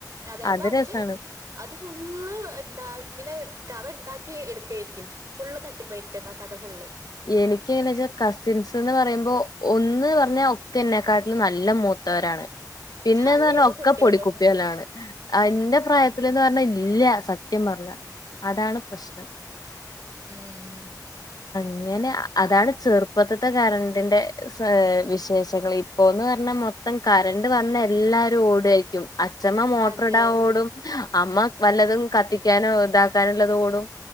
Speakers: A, on the right; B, on the left.
A: അതെ എന്നാ
B: അത്
A: അതില്
B: രസാണ്
A: അത് ഫുള്ള് എന്താ ഇങ്ങനെ കഥ ഉണ്ടാക്കി എടുക്കായിരിക്കും ഫുള്ള് തട്ടിപ്പായിരിക്കും ആ കഥ ഫുള്ള്.
B: എനിക്ക് എങ്ങനാ വെച്ചാ കസിൻസ്ന്ന് പറയുമ്പോ ഒന്ന് പറഞ്ഞാ ഒക്കെ എന്നെക്കാട്ടിലും നല്ല മൂ ത്തവരാണ് പിന്നെന്ന്
A: അല്ലേ
B: പറഞ്ഞാ ഒക്കെ
A: കുട്ടിയോളും
B: പൊടിക്കുപ്പില്ലാണ് ഇന്റെ പ്രായത്തി ത്തിലന്ന് പറഞ്ഞ ഇല്യ സത്യം പറഞ്ഞ അതാണ് പ്രശ്നം.
A: ഉം
B: ങ്ങെനെ അത അതാണ് ചെറുപ്പത്ത്ത്തെ കരണ്ടിന്റെ സ വിശേഷങ്ങൾ ഇപ്പോന്ന് പറഞ്ഞാ മൊത്തം കരണ്ട് വ വന്നാ എല്ലാരും ഓടായിരിക്കും അഛമ്മ മോട്ടോർ
A: അതെ
B: ഇടാ ഓടും ഹ അമ്മ വല്ലതും കത്തിക്കാനോ ഇതാക്കാനുള്ളത് ഓടും